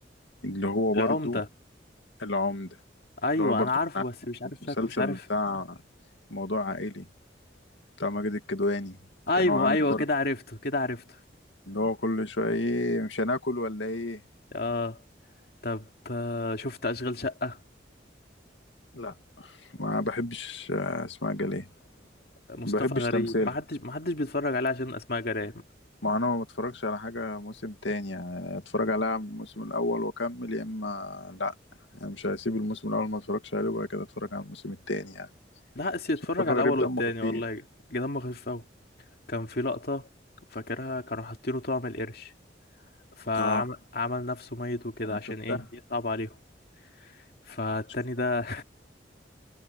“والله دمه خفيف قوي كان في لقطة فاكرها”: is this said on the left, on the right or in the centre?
Left